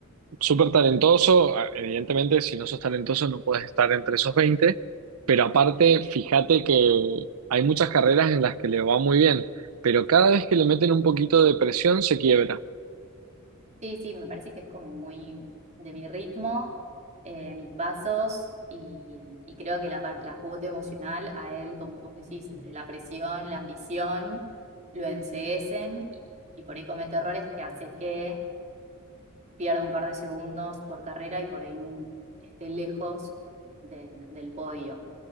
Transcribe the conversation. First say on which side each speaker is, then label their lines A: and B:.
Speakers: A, on the right; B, on the right.
A: Súper talentoso, a- evidentemente si no sos talentoso no puedes estar entre esos 20. pero aparte fíjate que hay muchas carreras en las que le va muy bien, pero cada vez que le meten un poquito de presión se quiebra.
B: Sí, sí, me parece que es como muy de mi ritmo, eh, mis pasos y, y creo que la, par- la cuota emocional a él, como vos decís, entre la presión, la ambición, lo enceguecen y, y por ahí comete errores que hace que pierda un par de segundos por carrera y por ahí esté lejos de- del podio